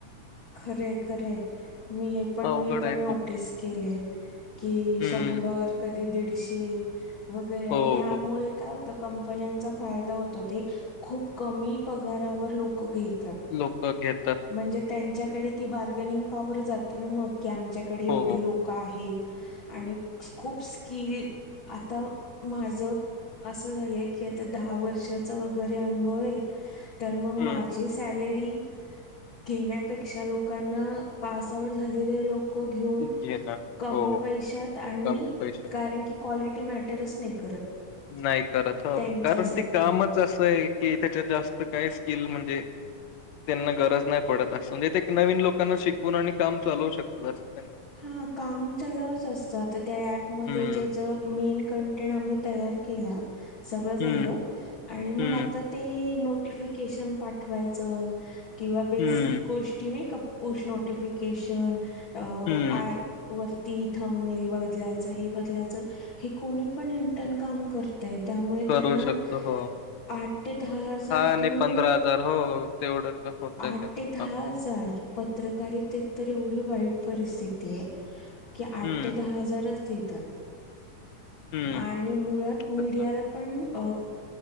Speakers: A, on the left (about 40°); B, on the left (about 70°).
A: खरे खरे मी हे पण
B: अवघड
A: मी पण
B: आहे
A: नोटीस
B: खूप
A: केले की
B: हम्म
A: शं शंर कधी दीडशे वगैरे
B: हो
A: आणि ह्यामुळे
B: हो
A: काय? कंपन्यांचा फायदा होतो ते खूप कमी पगारावर लोक घेत.
B: लोक घेत.
A: म्हणजे त्यांच्याकडे ती बार्गनिंग पवर जाते ना मग की आमच्याकडे एवढे
B: हो
A: लोक आहेत. आणि खूप स्किल आता माझं. असं झालंय की आता दहा वर्षाचा वगैरे अनुभव आहे. तर मग
B: हम्म
A: माझी सॅलरी घेण्यापेक्षा लोकांना पास आउट झालेले लोक. घेऊ
B: घे ना
A: कमी
B: हो
A: पैशात आणि
B: कमी पैसे
A: कारण क क्वालिटी मॅटरच नाही करत.
B: नाही करत हो
A: त्यांच्यासाठी.
B: कारण ते कामच असं आहे कि त्याच्यात जास्त काय स्किल म्हणजे त्यांना गरज नाही पडत असं म्हणजे ते नवीन लोकांना शिकवून आणि काम चालवू शकतात अस.
A: हा कामलवच असत त्या पमध्ये
B: हम्म,
A: जच मेन कंटेंट आम तयार केलं सगळं झालं
B: हम्म,
A: आणि मग
B: हम्म,
A: आता ते नोटिफिकेशन पाठवायचं किंवा बेसिक
B: हम्म,
A: गोष्टी नाही का? पुोस् नोटिफिकेशन अ
B: हम्म.
A: आ वरती थमनेल बदलायच हे बदलायच हे कोणी पण इंटर्न काम कर. त्यामुळे
B: करू
A: त्यांना
B: शकतो हो.
A: आठ ते दहा हजार
B: आणि
A: देऊन
B: हो तेवढं क होतंय
A: आठ
B: त्यांचं
A: ते दहा
B: काम.
A: हजार पत्रकारितेत तर एवढी वाईट परिस्थिती आहे की आठ
B: हम्म,
A: ते दहा हजारच देतात.
B: हम्म.
A: आणि मुळात मीडियाला
B: तसं
A: पण अ